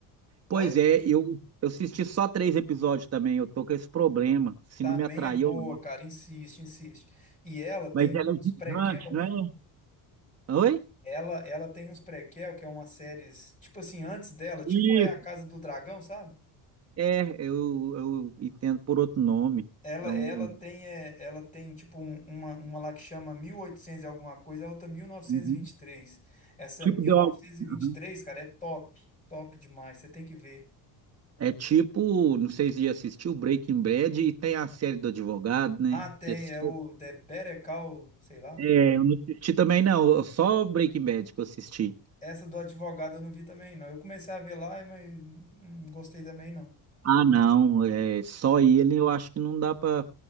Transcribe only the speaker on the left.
Oi?
Também
é boa,
cara, insiste, insiste. E ela tem
uns
prequel, né?
Ela, ela tem uns prequel, que é uma séries, tipo assim, antes dela, tipo
é a Casa do Dragão, sabe?
Ela,
ela
tem, é, ela tem tipo um- uma, uma lá que chama mil e oitocentos e alguma coisa, a outra mil novecentos
e vinte e três Essa
mil
novecentos e e
vinte e três cara, é top, top demais, você tem que ver.
Ah, tem,
é o The Better Call, sei lá.
Essa do advogado eu não vi também, não. Eu comecei a ver lá, mas não gostei também, não.